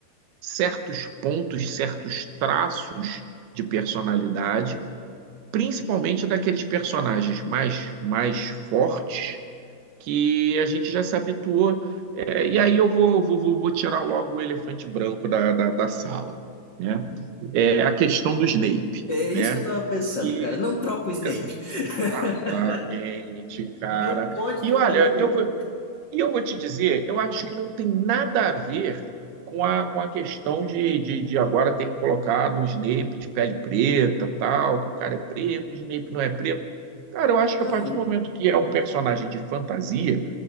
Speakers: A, on the right; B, on the left.
A: certos pontos, certos traços de personalidade, principalmente daqueles personagens mais, mais fortes que a gente já se habituou. É, e aí eu vou, vou, vou, tirar logo o elefante branco da, da, da sala. Né? É a questão do Snape.
B: É isso
A: Né?
B: que eu tava pensando,
A: E
B: cara. Não troca o Snape.
A: exatamente,
B: <laughs>
A: cara.
B: Não pode
A: E
B: trocar
A: olha,
B: o Snape.
A: eu vou, e eu vou te dizer, eu acho que não tem nada a ver com a, com a questão de, de, de agora terem colocado um Snape de pele preta, tal, que o cara é preto, o Snape não é preto. Cara, eu acho
B: Não.
A: que a partir do momento que é um personagem de fantasia,